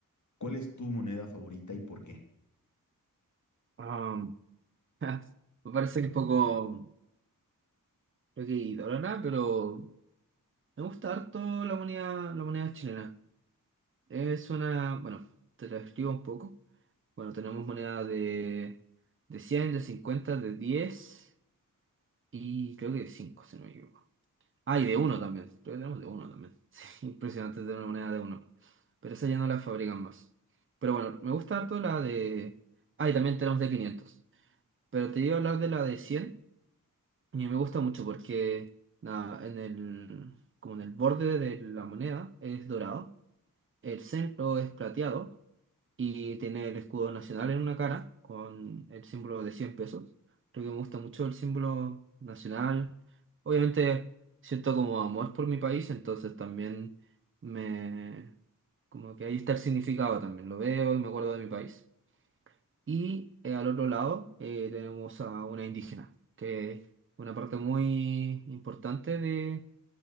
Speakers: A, on the left; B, on the right.
A: ¿Cuál es tu moneda favorita y por qué?
B: Am, <laughs> me parece un poco. Creo que idólatra, pero me gusta harto la moneda, la moneda chilena. Es una, bueno, te la escribo un poco. Bueno, tenemos moneda de, de cien de cincuenta de 10 y creo que de 5, si no me equivoco. Ah, y de uno también. Creo que tenemos de uno también. <laughs> Sí, impresionante tener una moneda de uno Pero esa ya no la fabrican más. Pero bueno, me gusta harto la de... Ah, y también tenemos de quinientos Pero te iba a hablar de la de cien Y me gusta mucho porque nada, en el, como en el borde de la moneda es dorado, el centro es plateado y tiene el escudo nacional en una cara con el símbolo de 100 pesos. Creo que me gusta mucho el símbolo nacional. Obviamente siento como amor por mi país, entonces también me... como que ahí está el significado también. Lo veo y me acuerdo de mi país. Y eh, al otro lado eh, tenemos a una indígena, que es una parte muy importante de,